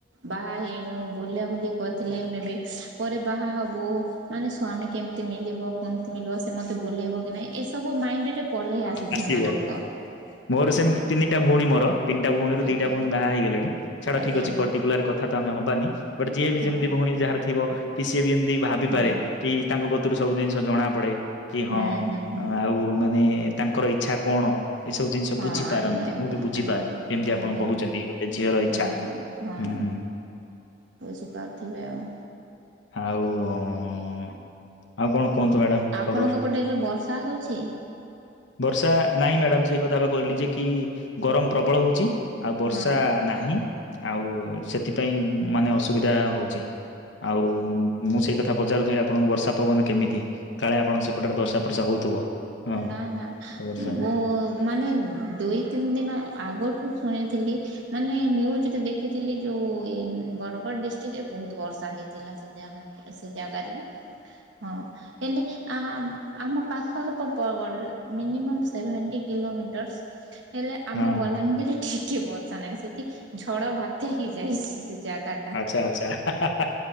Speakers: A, on the right; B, on the left.
A: ବାହା ହେଇନୁ ବୁଲା ବୁଲି କରିଥିଲେ ମେ ବି ପରେ ବାହା ହବୁ ମାନେ ସ୍ଵାମୀ କେମତି ମିଲି ଲିବ କମତି ମିଳିବ ସେ ମତେ ବୁଲେଇବ କି ନାଇଁ ଏସବୁ ମାଇଣ୍ଡ ରେ ପଲେଇ ଆସେ
B: ଆସିବ।
A: ଝିଅ ମାନଙ୍କ
B: ମୋର ସେମତି
A: ହଁ
B: ତିନି ଟା ଭଉଣୀ ମୋର ତିନିଟା ଭଉଣୀରୁ
A: ଆଜ୍ଞା
B: ଦିଇଟା ଭଉଣୀ ବାହା ହେଇ ଗଲେଣି ଛାଡ଼
A: ଆଜ୍ଞା
B: ଠିକ୍ ଅଛି
A: ଆଜ୍ଞା
B: ପର୍ଟିକୁଲାର କ ଥା ତ ଆମେ ହବାନି ବଟ ଯିଏ ବି
A: ହଁ
B: ଯେମିତି ଭଉଣୀ ଯାହାର ଥିବ କି ସିଏ ବି ଏମିତି ଭାବିପାରେ
A: ହଁ
B: କି ତାଙ୍କ କତୁରୁ ସବୁ ଜିନିଷ ଜଣା ପଡ଼େ କି
A: ହୁଁ
B: ହଁ
A: ହୁଁ ହୁଁ
B: ଆଉ ମାନେ ତାଙ୍କର ଇଚ୍ଛା କଣ? ଏସବୁ ଜିନିଷ
A: ହଁ
B: ବୁଝିପାରନ୍ତି
A: ଆଜ୍ଞା ଆଜ୍ଞା
B: ମୁଁ ବି ବୁଝିପାରେ
A: ଆଜ୍ଞା
B: ଯେମିତି ଆପଣ
A: ଆଜ୍ଞା
B: କହୁଛନ୍ତି ଗୋଟେ ଝିଅର ଇଚ୍ଛା।
A: ହଁ ହଁ ହଁ
B: ହୁଁ।
A: ବୁଝିପାରୁଥିବେ ଆଉ।
B: ଆଉ ଆଉ କଣ କୁହନ୍ତୁ ମ୍ୟାଡାମ୍
A: ଆପଣଙ୍କ
B: ଖବର?
A: ପଟେ ଏବେ ବର୍ଷା ହଉଛି
B: ବର୍ଷା ନାଇଁ ମ୍ୟାଡାମ୍ ସେଇ କଥା ବା କହିଲି ଯେ କି ଗରମ ପ୍ରବଳ ହଉଛି। ଆଉ ବର୍ଷା
A: ହଁ
B: ନାହିଁ ଆଉ ସେଥିପାଇଁ ମାନେ ଅସୁବିଧା ହଉଚି। ଆଉ ମୁଁ ସେଇ କଥା ପଚାରୁଥିଲି ଆପଣଙ୍କୁ ବର୍ଷା ପବନ କେମିତି? କାଳେ ଆପଣଙ୍କ ସେପଟରେ ବର୍ଷା ପର୍ଷା ହଉଥିବ? ହଁ
A: ନା ନା
B: ତ ବର୍ଷା ନାହିଁ।
A: ମୁଁ ମାନେ ଦୁଇ ତିନି ଦିନ ଆଗଠୁ ଶୁଣିଥିଲି ମାନେ ନ୍ୟୁଜରେ ଦେଖିଥିଲି ଯୋଉ ଏ ବରଗଡ଼ ଡିଷ୍ଟ୍ରିକ୍ଟ ରେ ବହୁତ ବର୍ଷା ହେଇଥିଲା ସେ ଜାଗାରେ ସେ ଜାଗାରେ, ହଁ ହେଲେ ଆହା ଆମ ପାଖ ତ ପରଗଡ଼ ରେ ମିନିମମ୍ ସେଭେଣ୍ଟି କିଲୋମିଟରସ୍, ହେଲେ ଆମ
B: ହଁ
A: ବଲାଙ୍ଗୀର ଟିକେ ବର୍ଷା ନାହିଁ ସେଠି ଝଡ଼ ବାତ୍ୟା ହେଇ ଯାଇଛି ସେ ଜାଗା
B: ଆଚ୍ଛା ଆଚ୍ଛା ହା-ହା-ହା